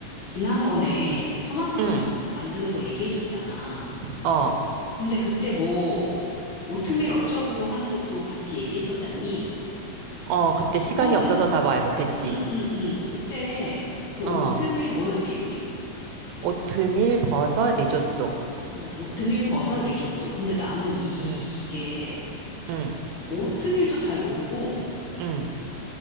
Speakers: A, on the left (about 60°); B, on the right (about 80°).
A: 지난번에 토마토
B: 응,
A: soup 만드는 거 얘기해줬잖아.
B: 어,
A: 근데 그때 뭐, 오트밀 어쩌고 하는 것도 같이 얘기했었잖니?
B: 어, 그때 시간이
A: 그거는,
B: 없어서 다 말 못했지.
A: 응, 응, 응. 그때 그
B: 어,
A: 오트밀 뭐였지, 이름이?
B: 오트밀, 버섯, 리조또.
A: 응, 오트밀 버섯 리조또. 근데 나는 이게
B: 응, 응,
A: 오트밀도 잘 모르고
B: 응,